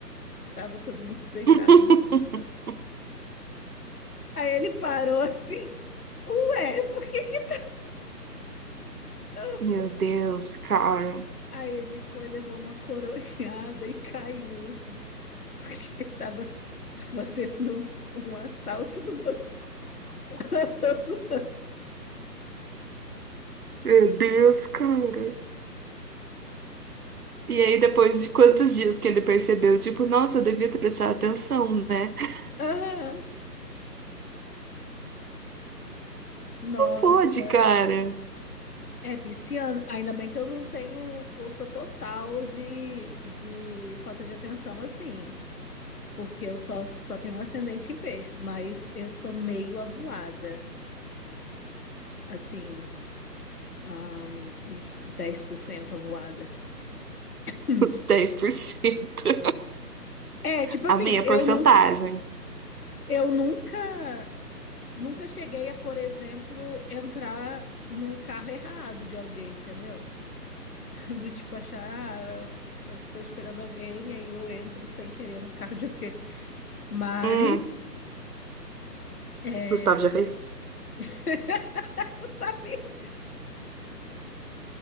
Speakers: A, on the left; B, on the right.
A: Tava todo mundo deitado
B: <laughs>
A: no chão. Aí ele parou assim. Ué, por que que... eu-"
B: Meu Deus, cara.
A: Aí ele foi, levou uma coronhada e caiu. <laughs> Porque tava, tava tendo um, um assalto no banco. <laughs> Eu tô zo-
B: Meu Deus, cara. E aí, depois de quantos dias que ele percebeu, tipo, nossa, eu devia ter prestado atenção, né? <laughs>
A: Ah, nossa.
B: pode, cara.
A: É pisciano. Ainda bem que eu não tenho força total de, de falta de atenção assim. Porque eu só, só tenho um ascendente em peixes. Mas eu sou meio avoada. Assim, ahn, uns 10% avoada. Hum.
B: Os
A: <laughs>
B: cento
A: É, tipo assim,
B: A meia
A: eu
B: porcentagem.
A: nunca, eu nunca, nunca cheguei a, por exemplo, entrar no carro errado de alguém, entendeu? <laughs> Do tipo achar, ah, eu tô esperando alguém, aí eu entro sem querer no carro de alguém. Mas,
B: Hum,
A: é...
B: Gustavo já fez isso.
A: <laughs> sabe?